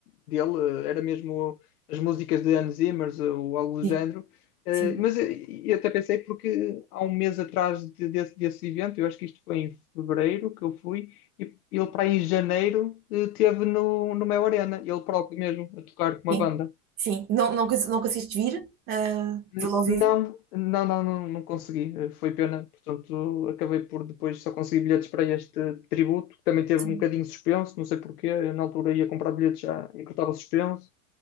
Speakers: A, on the left (about 85°); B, on the right (about 25°).
A: dele, eh, era mesmo as músicas de Hans Zimmer eh, ou algo do
B: sim,
A: género. Eh,
B: sim,
A: mas eh, eu até pensei porque há um mês atrás de- desse, desse evento, eu acho que isto foi em fevereiro que eu fui, e ele para aí em janeiro eh, teve no, no Mel Arena, ele próprio mesmo, a tocar com uma
B: sim.
A: banda.
B: Sim. Não, não, cons- não conseguiste vir? ah,
A: N-
B: vê-lo ao vivo?
A: Não, não, não, não, não consegui. Eh, Foi pena. Portanto, acabei por depois só conseguir bilhetes para este tributo, que também teve
B: Sim.
A: um bocadinho suspenso, não sei porquê. Eu, na altura ia comprar bilhetes já e que estava suspenso,